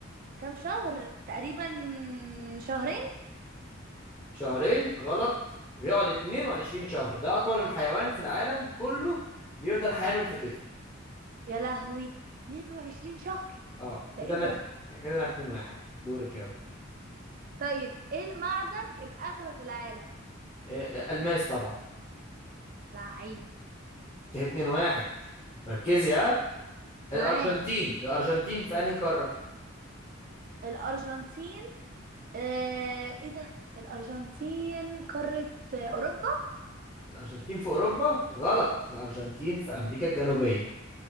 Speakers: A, on the right; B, on the left.
A: كم شهر تقريبا شهرين
B: شهرين غلط بيقعد 22 شهر ده أطول الحيوان في العالم كله بيفضل حامل في طفل
A: يا لهوي 22 شهر
B: اه
A: ده
B: كده
A: ايه
B: أنا
A: ده
B: كده أنا 2 واحد دورك يلا
A: طيب ايه المعدن الأغلى في العالم
B: آه، الماس طبعا
A: لعيب
B: كده 2 1 ركزي ها الارجنتين
A: معاك
B: الارجنتين في انهي قاره
A: الأرجنتين آه... ايه ده الأرجنتين قارة آه، أوروبا
B: الارجنتين في اوروبا غلط الارجنتين في امريكا الجنوبيه